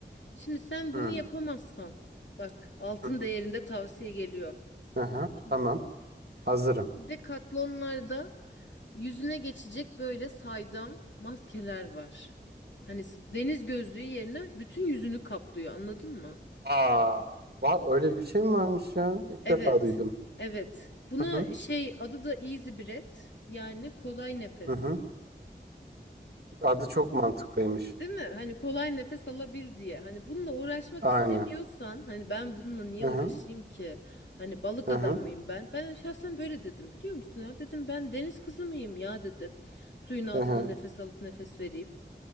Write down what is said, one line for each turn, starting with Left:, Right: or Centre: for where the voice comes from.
Left: Şimdi sen
Right: Hmm.
Left: bunu yapamazsan, bak altın
Right: Hı hı.
Left: değerinde tavsiye geliyor.
Right: Hı hı.
Left: Hazır mısın?
Right: Tamam. Hazırım.
Left: Bu Decathlon'larda yüzüne geçecek böyle saydam maskeler var. Hani s- deniz gözlüğü yerine bütün yüzünü kaplıyor, anladın mı?
Right: Aa, va öyle bir şey mi varmış ya? İlk
Left: Evet.
Right: defa duydum.
Left: Evet. Buna
Right: Hı hı.
Left: şey adı da easy breath yani kolay nefes.
Right: Hı hı. Adı çok mantıklıymış.
Left: Değil mi? Hani kolay nefes alabil diye. Hani bununla uğraşmak
Right: Aynen.
Left: istemiyorsan hani ben bununla niye
Right: Hı
Left: uğraşayım
Right: hı.
Left: ki? Hani balık
Right: Hı
Left: adam
Right: hı.
Left: mıyım ben? Ben şahsen böyle dedim biliyor musun ya? Dedim ben deniz kızı mıyım ya dedim. Suyun altında
Right: Hı hı.
Left: nefes alıp nefes vereyim.